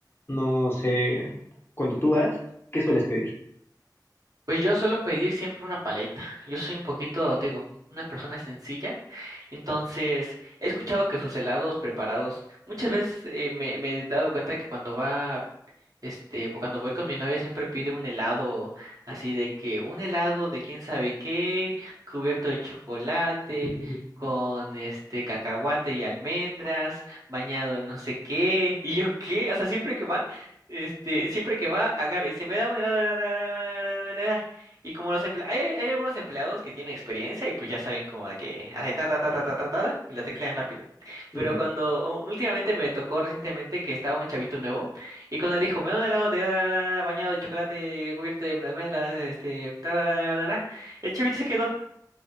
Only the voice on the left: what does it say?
No sé, cuando tú vas, ¿qué sueles pedir?
<laughs>
Ujú.